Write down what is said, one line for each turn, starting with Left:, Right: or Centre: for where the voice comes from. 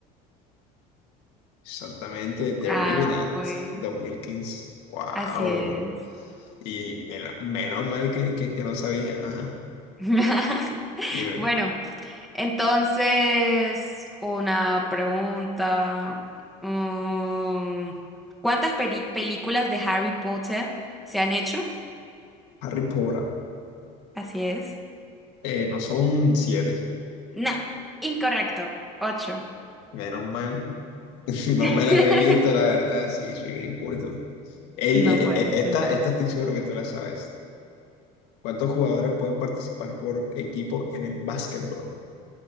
Left: Exactamente, The
Centre: Ah,
Left: Revenant,
Centre: pues
Left: 2015. Wow.
Centre: así es.
Left: Y men- menos mal que, que, que no sabía. Ajá.
Centre: <laughs>
Left: Dime,
Centre: Bueno. Entonces, una pregunta. mm, ¿cuántas peri- películas de Harry Potter se han hecho?
Left: Harry Potter.
Centre: Así es.
Left: Eh, no son siete,
Centre: No, incorrecto. Ocho.
Left: menos mal. <laughs> No
Centre: <laughs>
Left: me las he visto, la verdad, sí, soy un inculto. Ey,
Centre: No
Left: e-
Centre: puede
Left: e- esta,
Centre: ser.
Left: esta estoy seguro que tú la sabes. ¿Cuántos jugadores pueden participar por equipo en el básquetbol?